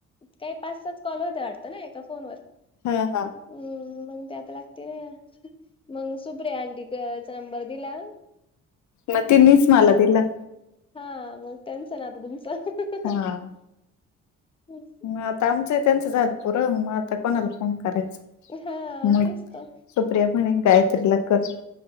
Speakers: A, on the left; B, on the left.
A: कांहीं पांच सात कॉल होतें वाटतं नां एकां फोनवरं
B: हां हां
A: हम्मं मंग त्यां आंत लागते नां मंग सुप्रीयां आंटीचा नंबर दिलां
B: मं ते नीचं मलां दिलां
A: हां मंग टेन्शन आंता तुमचं
B: हां
A: हम्मं
B: हं आंता आमचं त्यांचं झालं पुंर मंग आंता कोणांला फोन करायंचा
A: हा
B: मं
A: तेच तर
B: सुप्रिया म्हंणे गायत्रीलाचं करं